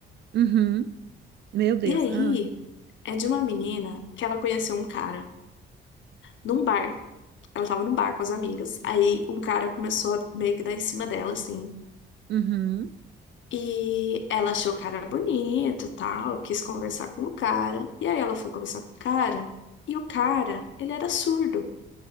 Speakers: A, on the right; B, on the left.
A: uhum. Meu Deus.
B: E aí,
A: Ah,
B: é de uma menina que ela conheceu um cara num bar. Ela tava num bar com as amigas. Aí um cara começou a meio que dar em cima dela, assim.
A: uhum.
B: E ela achou o cara bonito, tal, quis conversar com o cara. E aí ela foi conversar com o cara, e o cara, ele era surdo.